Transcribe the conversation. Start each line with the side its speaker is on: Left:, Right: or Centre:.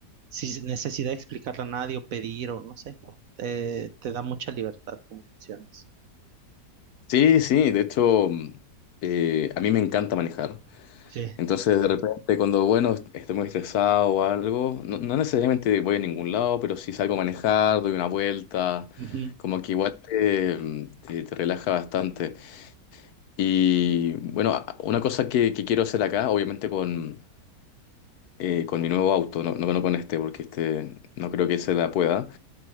Right: sin necesidad de explicarle a nadie o pedir o no sé, te, te da mucha libertad como funcionas.
Left: Sí, sí, de hecho, eh, a mí me encanta manejar.
Right: Sí.
Left: Entonces, de repente, cuando, bueno, estoy muy estresado o algo, no, no necesariamente voy a ningún lado, pero si salgo a manejar, doy una vuelta,
Right: Ujú,
Left: como que igual te, te- te relaja bastante. Y bueno, a- una cosa que, que quiero hacer acá, obviamente con, eh, con mi nuevo auto, no, no, no con este, porque este no creo que se la pueda.